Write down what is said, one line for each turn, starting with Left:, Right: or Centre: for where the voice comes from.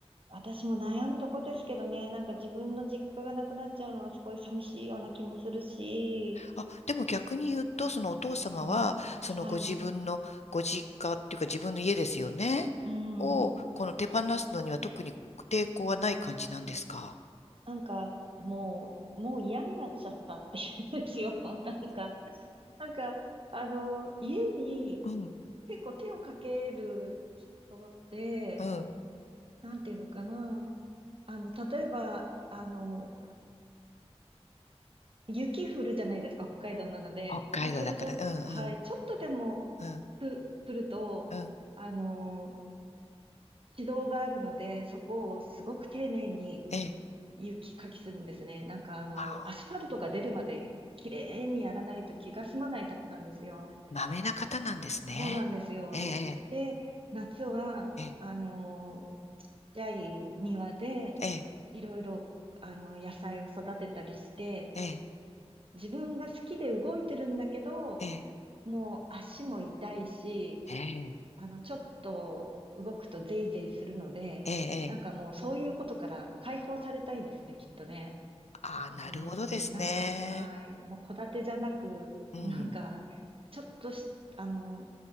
Right: 私も悩むとこですけどね、なんか自分の実家がなくなっちゃうのはすごい寂しいような気もするし、
Left: あ、でも逆に言うと、そのお父様は、
Right: うん、
Left: そのご自分のご実家っていうか自分の家ですよね。
Right: はい、うん、
Left: を、この手放すのには特に抵抗はない感じなんですか
Right: なんかもう、もう嫌になっちゃったっていうんですよ。<laughs> なんか、なんか、あの、家に
Left: うん、
Right: 結構手をかける人って、
Left: うん。
Right: なんていうのかな、あの、例えば、あの、雪降るじゃないですか、北海道なので、
Left: 北海道だから、
Right: そうすると、
Left: うん、
Right: はい、
Left: うん、
Right: ちょっとでも、
Left: うん、
Right: く、来ると、
Left: うん。
Right: あの、指導があるので、そこをすごく丁寧に
Left: ええ。
Right: 雪かきするんですね。なんかあの、
Left: まあ
Right: アスファルトが出るまで綺麗にやらないと気が済まないたちなんですよ。
Left: まあまめな方なんですね。
Right: そうなんですよ。
Left: ええ、
Right: で、夏は、
Left: ええ、
Right: あの、ちっちゃい庭で、
Left: ええ、
Right: いろいろ、あの、野菜を育てたりして、
Left: ええ、
Right: 自分が好きで動いてるんだけど、
Left: ええ、
Right: もう足も痛いし、
Left: ええ、
Right: あの、ちょっと動くとゼイゼイするので、
Left: ええ。
Right: なんかもうそういうことから解放されたいんですね、
Left: ええ
Right: きっとね。
Left: ああ、なるほどですね。
Right: うーん、なんか、はい。もう戸建てじゃなく、
Left: うん。
Right: なんか、ちょっとし、あの、